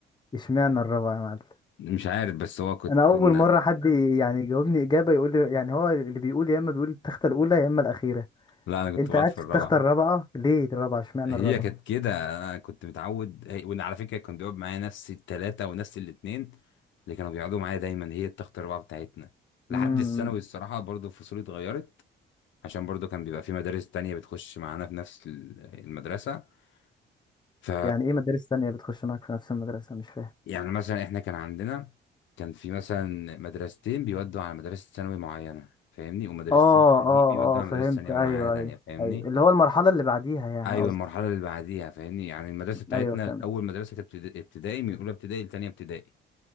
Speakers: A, on the left (about 20°); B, on the left (about 70°).
A: اشمعنى الرابعه يا معلم
B: مش عارف بس هو كنت
A: انا
B: كنا
A: اول مره حد يعني يجاوبني اجابه يقول لي يعني هو اللي بيقول يا اما بيقول التخته الاولى يا اما الاخيره
B: لا انا كنت
A: انت
B: بقعد
A: قاعد
B: في
A: في
B: الرابعه
A: التخته الرابعه ليه الرابعه اشمعنى
B: هي
A: الرابعه
B: كانت كده انا كنت متعود هي- وان على فكره كان بيقعد معايا نفس الثلاثه ونفس الاثنين اللي كانوا بيقعدوا معايا دايما هي التخت الاربعه بتاعتنا لحد
A: امم
B: الثانوي الصراحه برضو فصولي اتغيرت عشان برضو كان بيبقى في مدارس تانية بتخش معانا في نفس ال- المدرسه ف
A: يعني ايه مدارس تانية بتخش معاك في نفس المدرسه مش فاهم
B: يعني مثلا احنا كان عندنا كان في مثلا مدرستين بيودوا على مدرسه ثانوي معينه فاهمني ومدرستين
A: اه
B: تانيين
A: اه
B: بيودوا
A: اه
B: على مدرسه
A: فهمت
B: ثانوي
A: ايوه
B: معينه تانية
A: ايوه
B: فاهمني
A: ايوه اللي هو المرحلة اللي بعديها يعني
B: ايوه
A: قصدك
B: المرحله اللي بعديها فاهمني يعني المدرسه بتاعتنا
A: ايوه فهمت
B: اول مدرسه كانت ابتدا- ابتدائي من اولى ابتدائي لتانية ابتدائي